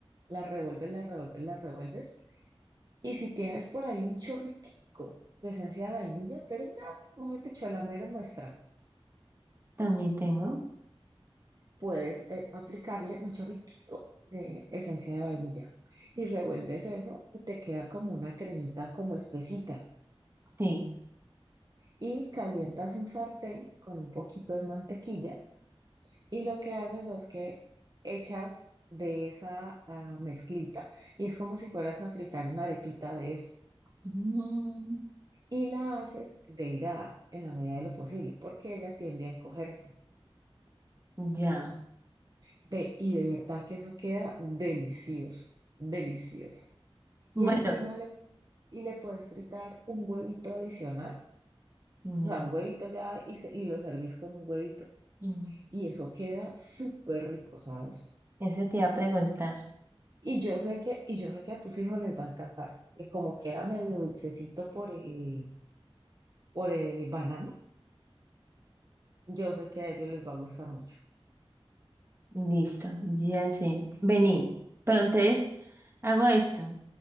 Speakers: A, on the right (about 40°); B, on the right (about 25°).
A: La revuelves, la revuelves, la revuelves Y si tienes por ahí un chorritico de esencia de vainilla, pero no, mejor dicho, a la mera muestra,
B: también tengo.
A: puedes eh, aplicarle un chorritico de esencia de vainilla. Y revuelves eso y te queda como una cremita como espesita.
B: Sí.
A: Y calientas un sartén con un poquito de mantequilla y lo que haces es que echas de esa ah, mezclita y es como si fueras a fritar una arepita de eso.
B: Mm,
A: Y la haces delgada en la medida de lo posible porque ella tiende a encogerse.
B: ya.
A: Ve, y de verdad que eso queda delicioso, delicioso.
B: Bueno,
A: Y encima le, y le puedes fritar un huevito adicional,
B: ya.
A: o sea, un huevito ya y, se- y lo servís con un huevito.
B: mm,
A: Y eso queda súper rico, ¿sabes?
B: Eso te iba a preguntar.
A: Y yo sé que, y yo sé que a tus hijos les va a encantar, que como queda medio dulcecito por el, por el banano, yo sé que a ellos les va a gustar mucho.
B: Listo, ya sé. Vení. Pero entonces hago esto,